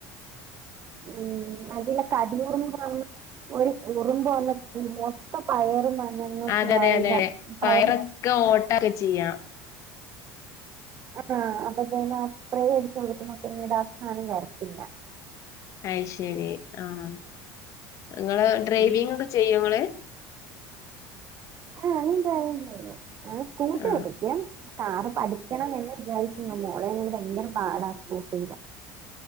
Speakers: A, on the right; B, on the left.
A: ഉം <unintelligible> ഒര് ഉറുമ്പ് വന്ന മൊത്തം പയറും ന ഞാൻനല്ല
B: അതെ
A: പ്രൗഡ
B: അതെ അതെ
A: പ്ലയറ്
B: പയറൊക്കെ
A: <inaudible>
B: ഓട്ടൊക്കെ ചെയ്യാം
A: ആന്നാ അപ്പൊ പിന്നെ സ്പ്രേ അടിച്ചു കൊടുക്കുമ്പോ പിന്നീട് ആ സാധനം വരത്തില്ല
B: അയ്ശരി ആഹ് ങ്ങള് ഡ്രൈവിംഗ്
A: ഉം
B: ഒക്കെ ചെയ്യോ ങ്ങള്
A: ആഹ് എന്താ യാലും ചെയ്യും ആഹ് സ്കൂട്ടി
B: ആ
A: ഓട്ടിക്കും കാറ് പഠിക്കണം എന്ന് വിചാരിക്ക്ന്നില്ല മോളേംകൊണ്ട് ഭയങ്കര പാടാ സ്കൂട്ടിയില്